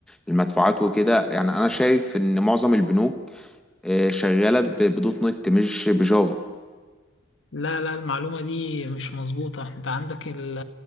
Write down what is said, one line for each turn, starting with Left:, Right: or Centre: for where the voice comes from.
Centre: المدفوعات وكده يعني انا شايف ان معظم البنوك آه، شغالة ب- بدوت نت مش بجافا
Left: لا لا المعلومة دي مش مظبوطة انت عندك ال-